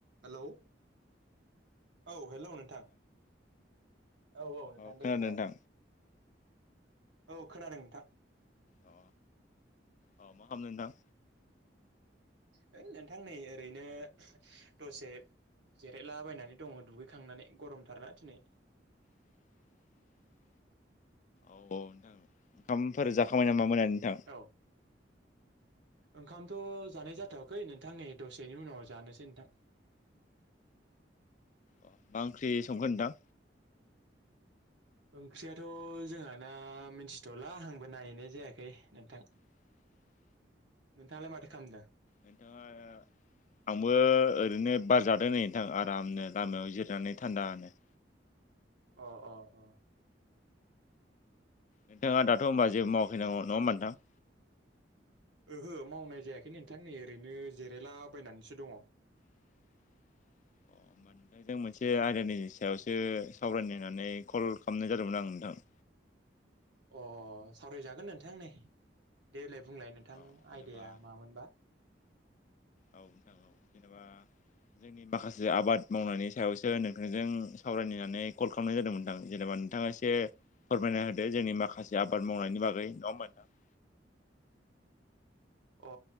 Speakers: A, on the right (about 80°); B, on the left (about 45°).
A: Hello औ hello नोंथां। औ औ नोंथां
B: खोनादों
A: दे बुंलाय
B: नोंथां
A: औ खोनादों नोंथां?
B: अ अ मा खालामनो नोंथां?
A: ओइ नोंथां नै ओरैनो दसे। जिरायलाबायनानै दङ दुगैखांनानै गरमथारना दिनै।
B: <inaudible> औ नोंथां ओंखामफोर जाखांबाय नामा नोंथां।
A: औ ओंखामथ' जानाय जाथ'वाखै नोंथां नैै दसेनि उनाव जानोसै नोंथां
B: अ मा ओंख्रि संगोन नोंथां
A: ओंख्रियाथ' जोंहाना मिथिथ'ला आंबो नायहैनाय जायाखै नोंथां
B: <inaudible>
A: नोंथाडालाय माथो खालामदों
B: बेथा <unintelligible> आंबो ओरैनो बार जादों नै नोंथां आरामनो लामायाव जिरनानै थान्दानो
A: अ अ अ
B: नोंथाङा दाथ' होनोमबा जेबो मावखैनांगौ नङा होमबा नोंथां
A: ओहो मावनाय जायाखै नोंथां नै ओरैनो जिरायलाबायनानैसो दङ।
B: <inaudible> होमबा नोंथांजों मोनसे आयदानि सायावसो सावरायनो होननानै कल खालामनाय जादोंमोन आं नोंथां
A: अ सावरायजागोन नोंथां नै देलाय बुंलाय नोंथां
B: औ जेनेबा
A: आयदाया मामोनबा
B: औ नोंथां औ जेनेबा जोंनि माखासे आबाद मावनायनि सायावसो नोंथांजों सावरायनानै कल खालामनाय जादोंमोन नोंथां जेनेबा नोंथाङा एसे फोरमायना होदो जोंनि माखासे आबाद मावनायनि बागै नङा होमबा नोंथां <inaudible>
A: अ